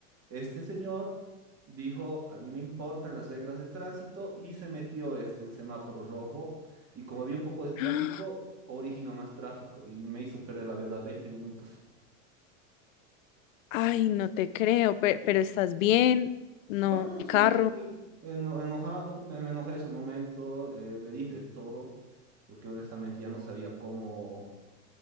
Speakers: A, on the right (about 40°); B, on the left (about 75°).
A: este señor dijo, a mí me importan las reglas de tránsito y se metió este en semáforo rojo y como había un poco de tráfico,
B: <gasps>
A: originó más tráfico y me hizo perder la verdad 20 minutos.
B: Ay, no te creo, pe- pero, estás bien, no,
A: No, no,
B: el
A: sí
B: carro.
A: estoy bien. Eno- enojado, me, me enojé ese momento, eh, le dije de todo, porque honestamente ya no sabía cómo